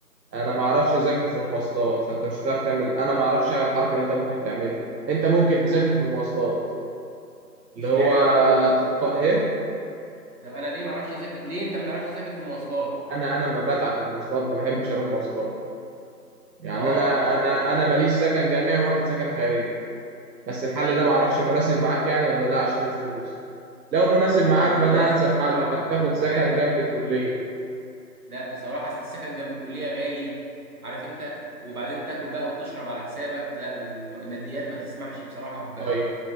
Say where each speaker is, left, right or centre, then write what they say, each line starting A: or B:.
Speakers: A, on the right; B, on the right.
A: انا ما اعرفش اذاكر في المواصلات فانت مش هتعرف تعمل انا ما اعرفش اعمل الحركه اللي انت ممكن تعملها انت ممكن تذاكر في المواصلات اللي
B: اشمعنى
A: هو
B: طيب
A: تط... ايه
B: طب انا ليه ما اعرفش اذاكر ليه انت ما تعرفش تذاكر في المواصلات
A: انا انا ما بتعب في المواصلات ما بحبش اروح مواصلات يعني
B: اه
A: انا
B: اه
A: انا
B: اه
A: انا ماليش سكن جامعي واخد سكن خارجي بس الحل
B: ايوه
A: ده معرفش
B: ايوه
A: مناسب معاك يعني ولا لا عشان الفلوس لو مناسب
B: لا
A: معاك
B: مش
A: فده
B: مناسب
A: انسب
B: بصراحة
A: حل انك تاخد
B: انت
A: سكن
B: عارف
A: جنب الكلية
B: لا بصراحة اصل السكن جنب الكلية غالي عارف انت وبعدين تاكل بقى وتشرب على حسابك لا الم- الماديات ما تسمحش بصراحة ب...
A: طيب